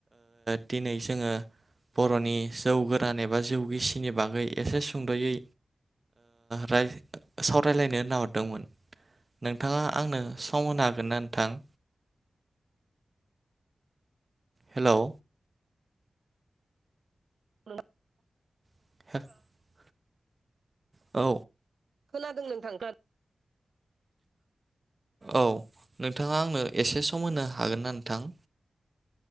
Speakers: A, on the right; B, on the right.
A: दिनै जोङो बरनि जौ गोरान एबा जौ गिसिनि बागै एसे सुंदयै राय- सावरायलायनो होन्नाहरदोंमोन नोंथाङा आंनो सम होनो हागोन ना नोंथां? हेलौ
B: उ <unintelligible>
A: <unintelligible> औ
B: खोनादों नोंथां गा
A: औ नोंथाङा आंनो एसे सम होनो हागोन ना नोंथां?